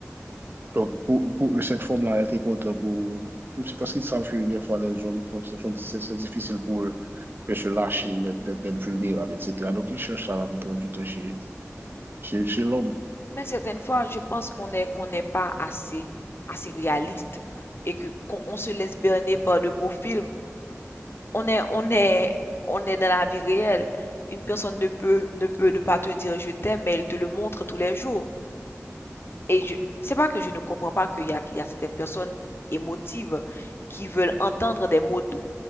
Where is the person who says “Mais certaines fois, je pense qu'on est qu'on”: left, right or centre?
Left